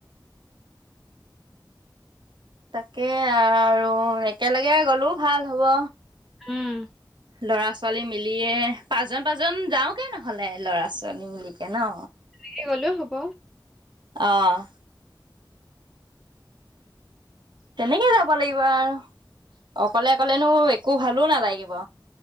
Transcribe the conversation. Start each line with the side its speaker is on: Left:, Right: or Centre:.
Right: তাকে আৰু একেলগে গ'লোও ভাল হ'ব।
Centre: উম।
Right: ল'ৰা ছোৱালী মিলিয়ে পাঁচজন পাঁচজন যাওগে নহ'লে। ল'ৰা ছোৱালী মিলি কে ন
Centre: হেৰি গ'লেও হ'ব।
Right: আহ। তেনেকে যাব লাগিব আৰু অকলে অকলেনো একো ভালো নালাগিব।